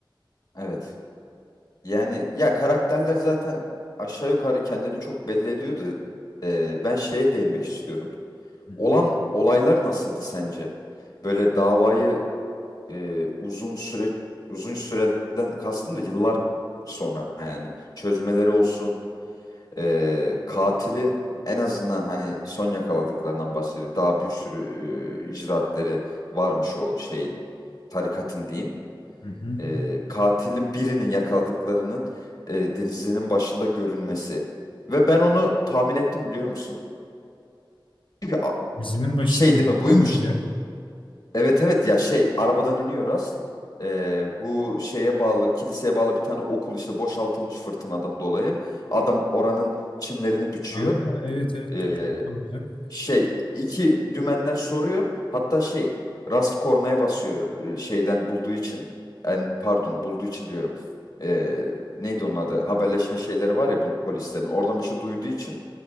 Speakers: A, on the left; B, on the left.
A: Evet. Yani ya karakterler zaten aşağı yukarı kendini çok belli ediyordu. Ee, ben şeye değinmek istiyorum.
B: Hı hı.
A: Olan olaylar nasıldı sence? Böyle davayı e, uzun süre uzun süreden kastım da yıllar sonra yani çözmeleri olsun e, katilin en azından hani son yakaladıklarından bahsedeyim daha bir sürü e, icraatleri varmış o şeyin tarikatın diyeyim
B: Hı hı.
A: E, katilin birinin yakaladıklarının e, denizinin başında görünmesi ve ben onu tahmin ettim biliyor musun? Çünkü a-
B: Dizinin başında
A: şey
B: gözüküyor
A: değil mi buymuş
B: muydu ya?
A: Evet evet ya şey arabadan iniyor Rast. Ee, bu şeye bağlı kiliseye bağlı bir tane okul işte boşaltılmış fırtınadan dolayı. Adam oranın çimlerini biçiyor.
B: Aa evet evet
A: Ee,
B: doğru. Tamam, değil mi? Evet.
A: şey iki dümenden soruyor. Hatta şey Rast kornaya basıyor e, şeyden bulduğu için. Yani pardon bulduğu için diyorum. Ee, neydi onun adı? Haberleşme şeyleri var ya bu polislerin. Oradan bir şey duyduğu için